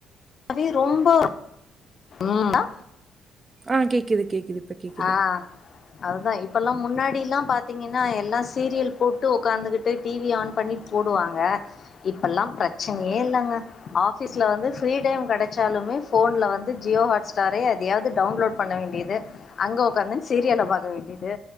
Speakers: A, on the left; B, on the right.
A: வே ரொம்ப ம் ஆ
B: ஆ கேக்குது கேக்குது இப்போ கேக்குது
A: ஆ அதுதா இப்பல்லா முன்னாடில்லா பாத்தீங்கன்னா எல்லாச் சீரியல் போட்டு உக்காந்துகிட்டு டிவி ஆன் பண்ணி போடுவாங்க இப்பெல்லா பிரச்சனையே இல்லங்க அ ஆஃபீஸ்ல வந்து ஃப்ரீ டைம் கெடைச்சாலுமே ஃபோன்ல வந்து ஜியோ ஹாட்ஸ்டாரு எதையாவது டவுன்லோட் பண்ண வேண்டியது அங்க உக்காந்துன் சீரியல பாக்க வேண்டியது